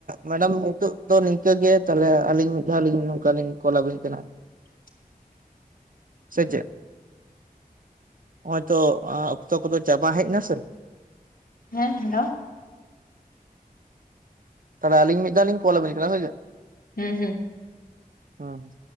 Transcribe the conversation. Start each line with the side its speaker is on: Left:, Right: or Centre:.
Right: ᱢᱮᱰᱟᱢ ᱱᱤᱛᱚᱜ ᱫᱚ ᱱᱤᱝᱠᱟᱹ ᱜᱮ ᱛᱟᱦᱚᱞᱮ ᱟᱹᱞᱤᱧ ᱢᱤᱫ ᱫᱷᱟᱣ ᱞᱤᱧ ᱱᱚᱝᱠᱟ ᱞᱤᱧ ᱠᱚᱞ ᱟᱵᱤᱱ ᱠᱟᱱᱟ᱾
Left: <inaudible>
Right: ᱥᱮ ᱪᱮᱫ? ᱱᱚᱜ-ᱚᱭ ᱛᱚ ᱚᱠᱛᱚ ᱠᱚᱫᱚ ᱪᱟᱵᱟ ᱦᱮᱡ ᱱᱟ ᱥᱮ᱾
Left: ᱦᱮᱸ ᱦᱮᱞᱳ,
Right: ᱛᱟᱦᱞᱮ ᱟᱞᱤᱧ ᱢᱤᱫ ᱫᱷᱟᱣ ᱞᱤᱧ ᱠᱚᱞ ᱟᱵᱤᱱ ᱠᱟᱱᱟ ᱦᱚᱭ ᱥᱮ᱾
Left: ᱦᱩᱸ ᱦᱩᱸ
Right: ᱦᱮᱸ